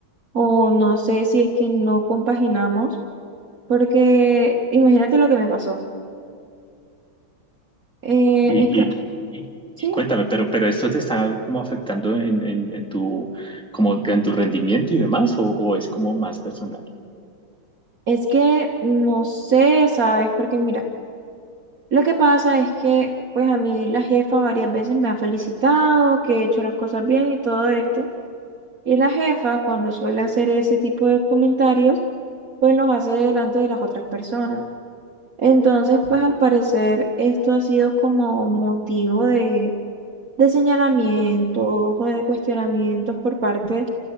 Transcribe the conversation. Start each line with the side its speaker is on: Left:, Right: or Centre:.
Right: o no sé si es que no compaginamos, porque imagínate lo que me pasó. Eh,
Centre: Y,
Right: esta-
Centre: y, y,
Right: sí,
Centre: y cuéntame, pero, pero esto te está como afectando en, en, en tu, como en tu rendimiento y demás, o, o es como más personal?
Right: es que no sé, ¿sabes? Porque mira. Lo que pasa es que, pues a mí la jefa varias veces me ha felicitado, que he hecho las cosas bien y todo esto. Y la jefa, cuando suele hacer ese tipo de comentarios, pues los hace delante de las otras personas. Entonces, pues al parecer esto ha sido como motivo de, de señalamientos o de cuestionamientos por parte